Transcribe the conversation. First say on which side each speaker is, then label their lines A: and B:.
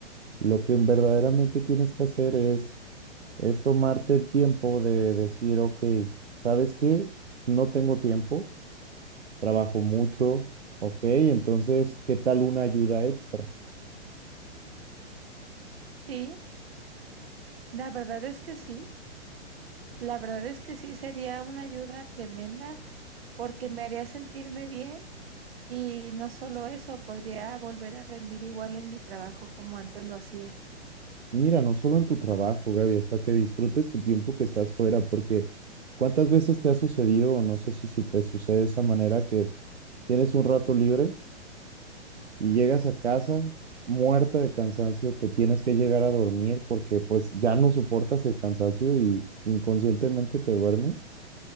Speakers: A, on the right; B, on the right.
A: Lo que verdaderamente tienes que hacer es, es tomarte el tiempo de decir, ok, ¿sabes qué? No tengo tiempo, trabajo mucho, ok, entonces, ¿qué tal una ayuda extra?
B: Sí, la verdad es que sí. La verdad es que sí sería una ayuda tremenda porque me haría sentirme bien y no solo eso, podría volver a rendir igual en mi trabajo como antes lo hacía.
A: Y mira, no solo en tu trabajo, Gaby, hasta que disfrutes tu tiempo que estás fuera, porque ¿cuántas veces te ha sucedido, o no sé si, si te sucede de esa manera, que tienes un rato libre? y llegas a casa muerta de cansancio, te tienes que llegar a dormir porque pues ya no soportas el cansancio y inconscientemente te duermes